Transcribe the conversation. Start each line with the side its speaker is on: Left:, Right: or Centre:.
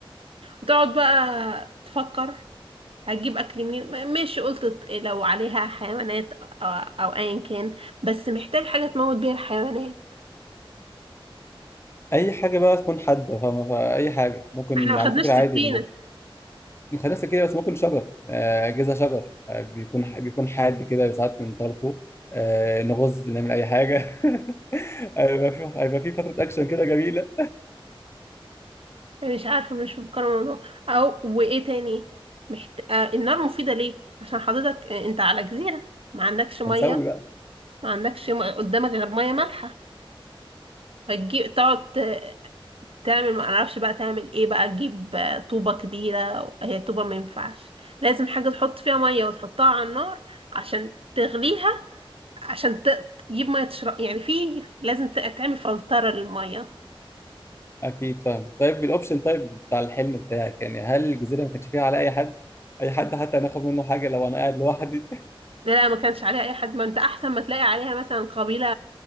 Right: وتقعد بقى تفكر هتجيب اكل منين م- ماشي قلت ت- لو عليها حيوانات او, أو ايا كان بس محتاج حاجه تموت بيها الحيوانات
Left: اي حاجه بقى تكون حاده فاهمه فاي حاجه ممكن
Right: احنا ما خدناش
Left: على فكره
Right: سكينه
Left: عادي الموضوع مخنثه كده بس ممكن شجر آه، اجهزه شجر آه، بيكون بيكون حاد كده ساعات من طرفه آه، نغز نعمل اي حاجه <laughs> هيبقى في هيبقى في فتره اكشن كده جميله
Right: يعني مش عارفه مش مفكره الموضوع او وايه تاني محت... آه النار مفيده ليه عشان حضرتك آه، انت على جزيره ما عندكش ميه
Left: هنسوي بقى
Right: ما عندكش م- قدامك غير ميه مالحه فتجيب تقعد ت- تعمل ما اعرفش بقى تعمل ايه بقى تجيب آه، طوبة كبيرة هي طوبة ما ينفعش لازم حاجة تحط فيها مية وتحطها على النار عشان تغليها عشان ت- تجيب مية تشرب يعني في لازم ت- تعمل فلترة للمية
Left: اكيد فاهم طيب الاوبشن طيب بتاع الحلم بتاعك يعني هل الجزيره ما كانش فيها على اي حد اي حد حتى هناخد منه حاجه لو انا قاعد لوحدي
Right: لا ما كانش عليها اي حد ما انت احسن ما تلاقي عليها مثلا قبيلة